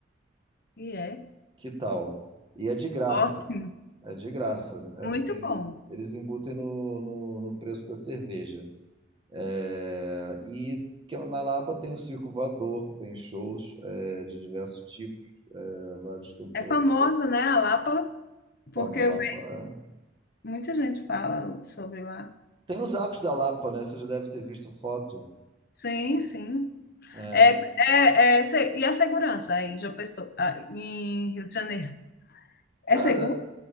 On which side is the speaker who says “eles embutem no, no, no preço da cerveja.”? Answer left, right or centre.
Right